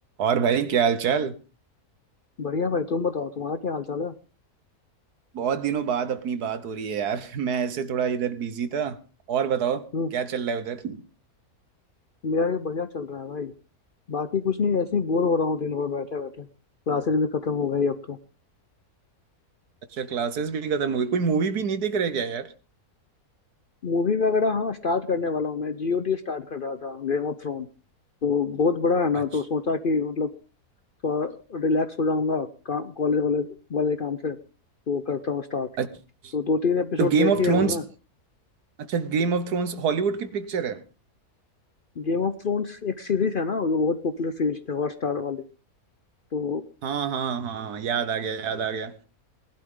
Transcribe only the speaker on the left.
बढ़िया भाई तुम बताओ तुम्हारा क्या हाल चाल है
हम्म
मेरा भी बढ़िया चल रहा है भाई बाकी कुछ नहीं ऐसे ही बोर हो रहा हूँ दिन भर बैठे बैठे क्लासेस भी खत्म हो गई अब तो
मूवी वगैरह हाँ स्टार्ट करने वाला हूँ मैं जीओटी स्टार्ट कर रहा था गेम ऑफ थ्रोन तो बहुत बड़ा है ना
तो सोचा कि मतलब थोड़ा रिलैक्स हो जाऊंगा काम कॉलेज वाले वाले काम से तो करता हूँ स्टार्ट
तो दो तीन एपिसोड
देखी
है
मैंने
गेम ऑफ थ्रोन्स एक सीरीज है ना जो बहुत पॉपुलर सीरीज थी हॉटस्टार वाली तो